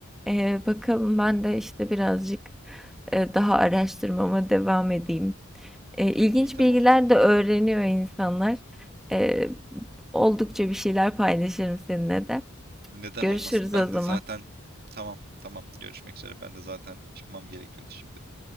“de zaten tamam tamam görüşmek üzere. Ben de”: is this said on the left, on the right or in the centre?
Right